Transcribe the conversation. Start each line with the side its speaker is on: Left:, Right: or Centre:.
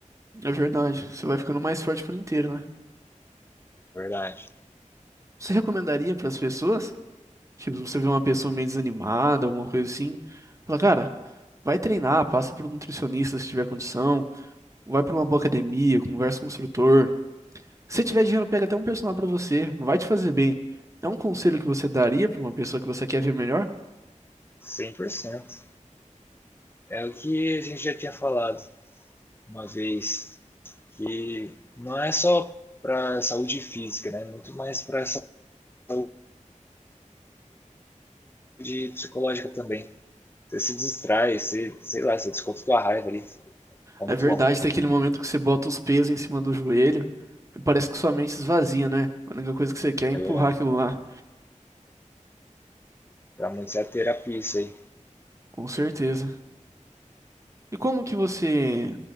Right: É verdade, você vai ficando mais forte por inteiro, né?
Left: Verdade.
Right: Você recomendaria pras pessoas? Tipo, se você vê uma pessoa meio desanimada, alguma coisa assim, fala, cara, vai treinar, passa por um nutricionista se tiver condição. Vai pra uma boa academia, conversa com o instrutor. Se tiver dinheiro, pega até um personal pra você. Não vai te fazer bem. É um conselho que você daria pra uma pessoa que você quer ver melhor?
Left: cem por cento É o que a gente já tinha falado uma vez, que não é só para saúde física, né? Muito mais para saúde de psicológica também. Você se distrai, você, sei lá, você desconta tua raiva ali. É
Right: É
Left: muito
Right: verdade,
Left: bom.
Right: tem aquele momento que você bota os pesos em cima do joelho e parece que sua mente esvazia, né? A única coisa que você quer é empurrar
Left: É verdade.
Right: aquilo lá.
Left: Pra muitos é a terapia isso aí.
Right: Com certeza. E como que você